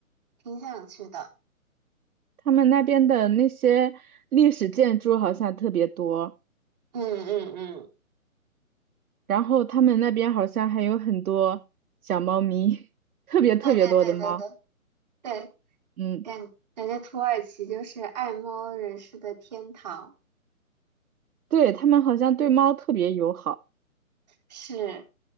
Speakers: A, on the right; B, on the right.
A: 挺想去的。
B: 他们那边的那些历史建筑好像特别多。
A: 嗯嗯嗯，
B: 然后他们那边好像还有很多小猫咪，<laughs> 特别特别多的猫。
A: 对对对对对对，
B: 嗯，
A: 感感觉土耳其就是爱猫人士的天堂。
B: 对，他们好像对猫特别友好
A: 是